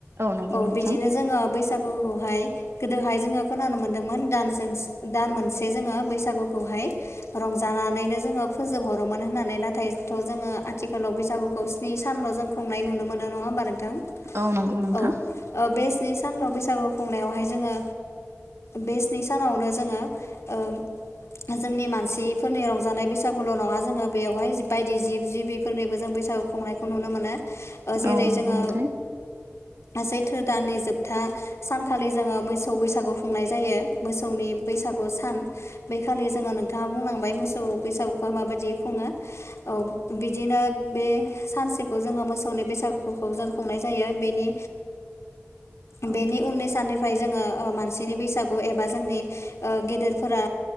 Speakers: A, on the right; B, on the left.
A: नंगौ
B: औ
A: नोंथां
B: बिदिनो जोङो बैसागुखौहाय गोदोहाय जोङो खोनानो मोन्दोंमोन दान दान मोनसे जोङो बैसागुखौहाय रंजा जानानैनो जोङो फोजोबहरोमोन होननानै नाथायथ' जोङो आथिखालाव बैसागुखौ नि सानल' जों खुंनाय नुनो मोनो नङा होमबा नोंथां
A: औ नंगौ नोंथां
B: औ बे स्नि सानल' बैसागु खुंनायावहाय जोङो बे स्नि सानावनो जोङो ओ जोंनि मानसि फोरनि रंजानाय बैसागुल' नङा जोङो बेवहाय बायदि जिब जिबि बेफोरनिबो जों बैसागु खुंनायखौ नुनो मोनो जेरै
A: औ नंगौ
B: जोङो
A: नोंथां
B: सैथो दाननि जोबथा सानखालि जोङो मोसौ बैसागु खुंनाय जायो मोसौनि बैसागु सान बेैखालि जोङो नोंथाङा बुंलांबाय मोसौ बैसागुखौ माबायदि खुङो औ बिदिनो बे सानसेखौ जोङो मोसौनि बैसागुखौ जों खुंनाय जायो बेनि
A: औ
B: बेनि उननि सान फ्राय जोङो मानसिनि बैसागु एबा जोंनि ओ गेदेरफोरा